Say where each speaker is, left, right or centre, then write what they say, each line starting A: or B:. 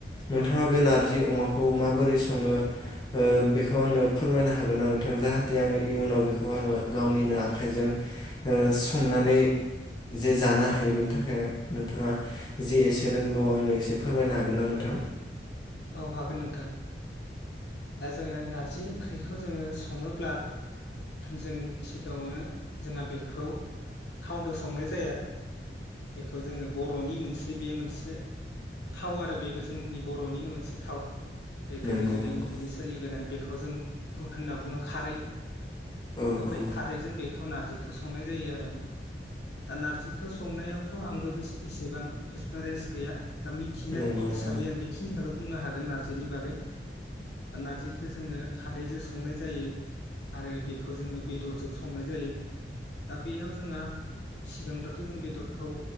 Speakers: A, on the left; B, on the left.
A: नोंथाङा
B: औ
A: बे नार्जि अमा खौ माबोरै सङो ओ बेखौ आंनो फोरमायनो हागोन ना नोंथां? जाहाथे आङो इयुनाव बेखौ आङो गावनिनो आखाइजों ओ संनानै जे जानो हायो बेनि थाखाय नोंथाङा जे एसे रोंगौ आंनो एसे फोरमायनो हागोनना नोंथां?
B: औ हागोन नोंथां दा जोङो नारजि ओंख्रिखौ जोङो सङोब्ला जों सिगाङावनो जोंहा बेखौ थावदो संनाय जाया बेखौ जोङो बर'नि मोनसे बे मोनसे थाव आरो बेबो जोंनि बर'निनो मोन से थाव। बे
A: नंगौ
B: गोदो गोदायनिफ्रायनो
A: नंगौ
B: सोलिबोनाय बेखौ जों बु होनना बुङो खारै
A: औ
B: दा बै
A: औ
B: खारैजों बेख खौ नारजिखौ संनाय जायो आरो दा नारजिखो संनायावथ आंबो बेसे एसेबां एक्सपारेन्स गैया दा मिथिनाय
A: नंगौ
B: हिसाबै
A: नंगौ
B: आं बेखिनिखौल बुंनो हागोन नारजिनि बागै दा नार्जिखो जोङो खारैजों संनाय जायो आरो बेखौ जोङो बेदरजों संनाय जायो दा बेयाव जोंहा सिगांदाथ जों बेदरखौ